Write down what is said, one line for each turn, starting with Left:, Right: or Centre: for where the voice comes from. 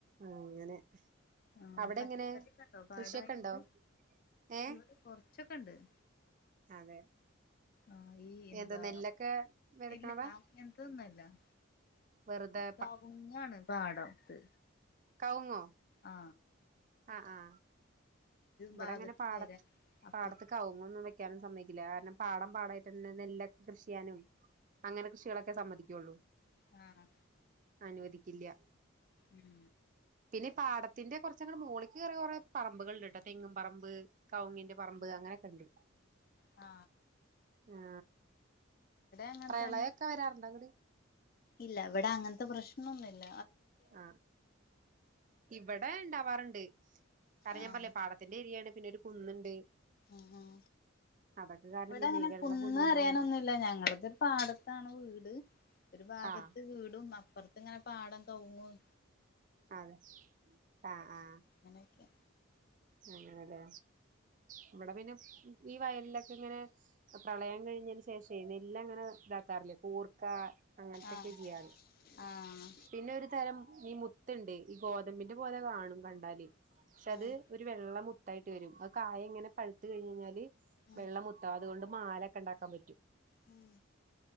Right: അങ്ങനെ-
Left: ആഹ്
Right: അവിടെ
Left: പച്ചക്കറി
Right: എങ്ങനെ
Left: ക്കെണ്ടോ പാടായോണ്ട്
Right: കൃഷിയൊക്കെ ഉണ്ടോ ഏ
Left: ഇവിടെ കൊറച്ചൊക്കെ ഉണ്ട്-
Right: അതെ-
Left: ആഹ് ഈ ഇന്താ
Right: എന്താ നെല്ലൊക്കെ വിതക്കണതാ
Left: ഇല്ലങ്ങ എന്തൊന്നല്ല-
Right: വെറുതെ
Left: കവുങ്ങാണ് പാടത്ത്
Right: കൗങ്ങോ
Left: ആ
Right: ആ ആ ഇവിടെ
Left: ഭാഗത്ത്
Right: അങ്ങനെ പാടത്ത്
Left: പെര അപ്പർ
Right: പാടത്ത് കവുങ്ങ് ഒന്നും വെക്കാനും സമ്മതി കാരണം പാടം പാടമായിട്ട് തന്നെ നെല്ലൊക്കെ കൃഷി ചെയ്യാനും അങ്ങനെ കൃഷികളൊക്കെ സമ്മതിക്കൊള്ളൂ
Left: ആ
Right: അനുവദിക്കില്ല
Left: ഉം
Right: പിന്നെ പാടത്തിന്റെ കുറച്ചങ്ങോട് മോളി കേറി കൊറെ പറമ്പുകളുണ്ട് തെങ്ങും പറമ്പ് കവുങ്ങിന്റെ പറമ്പ് അങ്ങനൊക്കെ ഉണ്ട്
Left: ആ
Right: ആ
Left: അങ്ങൻത്തന്നെ
Right: പ്രളയൊക്കെ വരാറുണ്ട് അങ്ങോട്ട്
Left: ഇല്ല ഇവിടെ അങ്ങനത്തെ പ്രശ്നൊന്നുമില്ല
Right: ആ ഇവിടെ ഉണ്ടാവാറുണ്ട് കാരണം
Left: ആഹ്
Right: ഞാൻ പറഞ്ഞില്ലേ പാടത്തിന്റെ ഏരിയാണ് പിന്നെ ഒരു കുന്നുണ്ട്
Left: ആഹ്
Right: അതൊക്കെ കാരണം
Left: ഇവിടെ
Right: പിന്നെ
Left: അങ്ങനെ
Right: വെള്ളം
Left: കുന്ന്
Right: കുന്നിന്റെ
Left: അറിയാനൊന്നുമല്ല
Right: മു
Left: ഞങ്ങളതൊരു പാടത്താണ് വീട് ഒരു ഭാഗത്ത്
Right: ആഹ്
Left: വീടും അപ്പുറത്ത് ഇങ്ങനെ പാടം കവങ്ങും ഒ
Right: അതെ ആ ആ
Left: അങ്ങനെയൊക്കെ
Right: അങ്ങനല്ലെ നമ്മടെ പിന്നെ ഈ വയലിലൊക്കെ അങ്ങനെ പ്രളയം കഴിഞ്ഞതിന് ശേഷേ നെല്ല് അങ്ങനെ ഇതാക്കാറില്ല. കൂർക്ക അങ്ങനത്തൊക്കെ
Left: ആഹ്
Right: ചെയ്യാറ്
Left: ആഹ്
Right: പിന്നെ ഒരു തരം ഈ മു ത്തുണ്ട് ഈ ഗോതമ്പിന്റെ പോലെ കാണും കണ്ടാല് പക്ഷെ അത്
Left: ആഹ്
Right: ഒരു വെള്ള മുത് മുത്തായിട്ട് വരും കായ ഇങ്ങനെ പഴുത്തു കഴിഞ്ഞാല്
Left: ആഹ്
Right: വെള്ളം മുത്താ അതുകൊണ്ട് മാലക്കെ ഉണ്ടാക്കാൻ പറ്റും
Left: ഉം